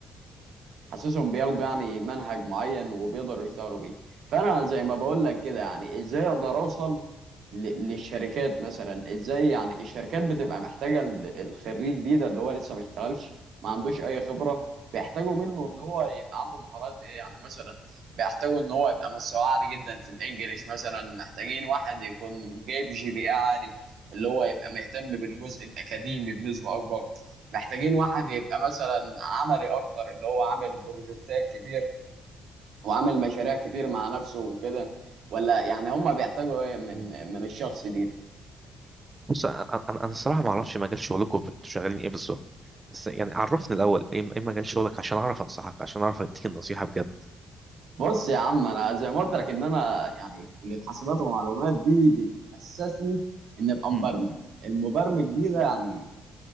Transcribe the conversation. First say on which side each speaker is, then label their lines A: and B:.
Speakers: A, on the right; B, on the right.
A: حاسسهم بياخدوا يعني منهج معين وبيقدروا يشتغلوا بيه فانا زي ما بقول لك كده يعني ازاي اقدر اوصل ل- للشركات مثلا ازاي يعني الشركات بتبقى محتاجه ال- الخريج دي ده اللي هو لسه ما اشتغلش ما عندوش اي خبره بيحتاجوا منه ان هو يبقى عنده مهارات ايه يعني مثلا بيحتاجوا ان هو يبقى مستواه عالي جدا في الانجليش مثلا محتاجين واحد يكون جايب جي بي اي عالي اللي هو يبقى مهتم بالجزء الاكاديمي بنسبه اكبر محتاجين واحد يبقى مثلا عملي اكتر اللي هو عامل بروجكتات كتير وعامل مشاريع كتير مع نفسه وكده ولا يعني هم بيحتاجوا ايه من
B: مم.
A: من الشخص دي, دي
B: بص انا انا أنا الصراحه ما اعرفش مجال شغلكم انتوا شغالين ايه بالظبط بس يعني عرفني الاول ايه ايه مجال شغلك عشان اعرف انصحك عشان اعرف اديك النصيحه بجد
A: بص يا عم انا زي ما قلت لك ان انا يعني في كليه حاسبات ومعلومات دي بتاسسني ان ابقى
B: مم.
A: مبرمج المبرمج دي ده يعني